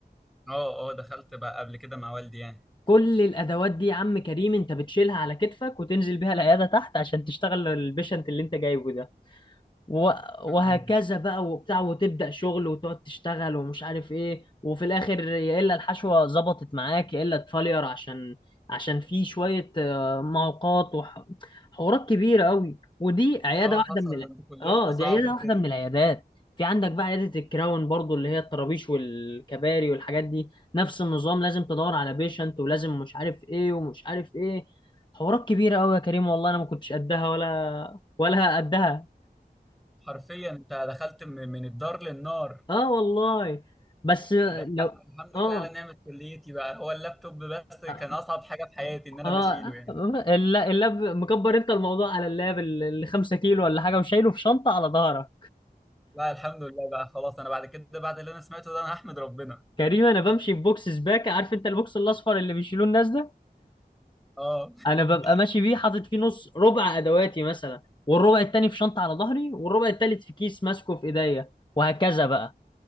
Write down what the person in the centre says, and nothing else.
اه اه دخلت بقى قبل كده مع والدي يعني
كان-
اه
حصل
ده، انتوا كليتكم
صعبة
كده
حرفيا انت دخلت من من الدار للنار
ده الح-
الحمد
لله على نعمة كليتي بقى هو اللابتوب بس
كان أصعب حاجة في حياتي إن أنا
بشيله يعني
لا الحمد لله بقى خلاص أنا بعد كده بعد اللي أنا سمعته ده أنا هحمد ربنا
اه
<laughs>